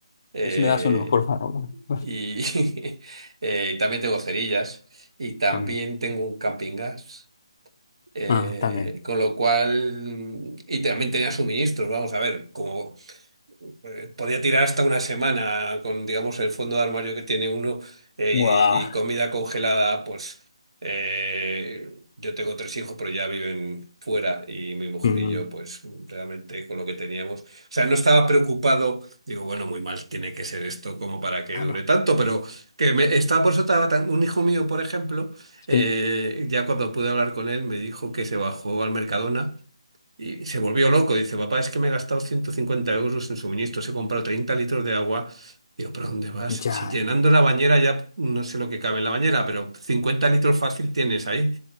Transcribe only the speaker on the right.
Eh,
Y <laughs> eh, y también tengo cerillas y también
tengo un camping gas. Eh,
con lo cual, mm, y también tenía suministros, vamos a ver, como, eh, podía tirar hasta una semana con, digamos, el fondo de armario que tiene uno eh,
y, y comida congelada, pues eh, yo tengo tres hijos, pero ya viven fuera y mi mujer
y yo, pues realmente con lo que teníamos, o sea, no estaba preocupado, digo, bueno, muy mal tiene que ser esto como para que
dure tanto, pero que me estaba por eso estaba tan, un hijo mío, por ejemplo, eh,
ya cuando pude hablar con él, me dijo que se bajó al Mercadona. Y se volvió loco. Dice, papá, es que me he gastado 150 euros en suministros, he comprado 30 litros de agua. Digo, ¿pero dónde vas?
Si llenando la bañera ya no sé lo que cabe en la bañera, pero 50 litros fácil tienes ahí.